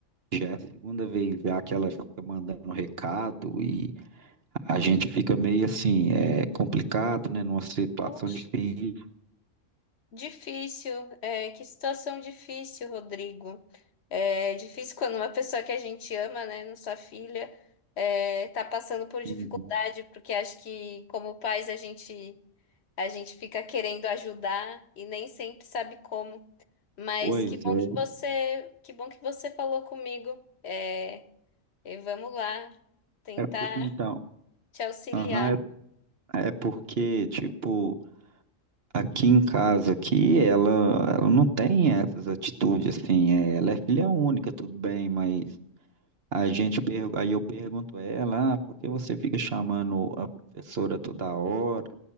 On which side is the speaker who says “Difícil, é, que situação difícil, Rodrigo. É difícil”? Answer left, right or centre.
Left